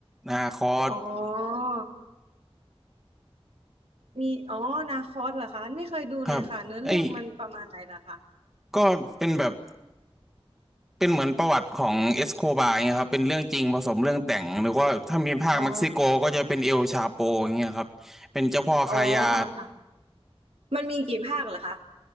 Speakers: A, in the centre; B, on the right.
A: นาคอส
B: อ๋อมีอ๋อนาคอสเหรอคะไม่เคยดูเลยค่ะเนื้อเรื่องมันประมาณไหนล่ะคะ
A: ครับไอ้ยก็เป็นแบบเป็นเหมือนประวัติของเอสโคบาร์เงี้ยครับเป็นเรื่องจริงผสมเรื่องแต่งหรือว่าถ้ามีภาคเม็กซิโกก็จะเป็นเอลชาโปอย่างเงี้ยครับเป็นเจ้าพ่อค้ายา
B: อ๋ออ๋อค่ะมันมีกี่ภาคเหรอคะ